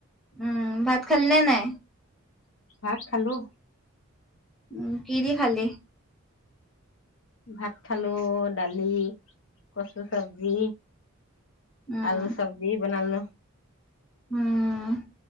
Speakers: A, in the centre; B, on the left.
A: উম ভাত খালনে নাই?
B: ভাত খালো।
A: উম কি দি খালি?
B: ভাত খালো দালি, কচু চবজি,
A: উম
B: আলু চবজি বনালো।
A: উম